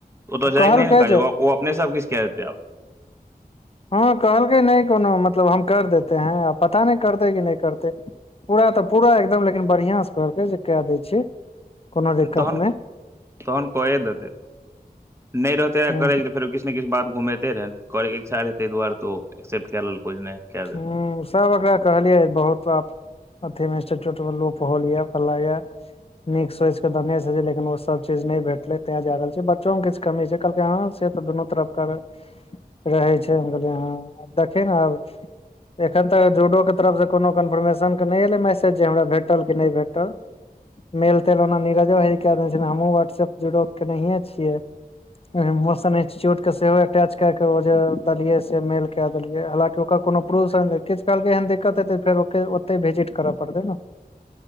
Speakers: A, on the right; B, on the left.
A: ओऽ
B: ओ
A: जाएग
B: कहलकै
A: नहि ने कहाज
B: जे
A: अपने सब किछ के देतैब
B: हँ कहलकै नहि कोनो मतलब हम कर देते हैं आ पता नहि करते कि नहि करते पूरा तऽ पूरा एकदम लेकिन बढ़िआं स कहकेै जे कै दै छियै कोनो दिक्कत
A: तहन
B: नहि
A: तहन क देते नहि रहते
B: ह
A: करैके फेरो कि <unintelligible> कि ने किछ बात घुमेते रहे करै के इच्छा रहे ताहि दुआर तो एक्सेप्ट कए लेलको नहि कए देल
B: ह सब एकरा कहलिये बहुत अथी मे इंस्टिच्यूट मे लोग होल य फलना ये नीक सोच केन से छै लिन ओ सब चीज नै भेटले तें जा रहल छै बच्चों के किछ कमी छै कहलकै ह से तऽ दुनू तरफ कर रहै छै हम रहियै ह देखिय ने आब एखन तक जूडो के तरफसँ कोनो कन्फर्मेशनके नहि एलै मैसेज जे हमरा भेटल कि नहि भेटल मेल तेल ओना नीजो ह हमहुँ वहाट्सऐप जु के नहिये छियै मोशन इंस्टीच्यूट के सेहो अटैच के के ओ जे देलिये से मेल कै देलिये हालाकि ओकर कोनो प्रूफ किछुललके एहन दिक्कतेतै फेर ओ ओते भिजिट करय पड़तै न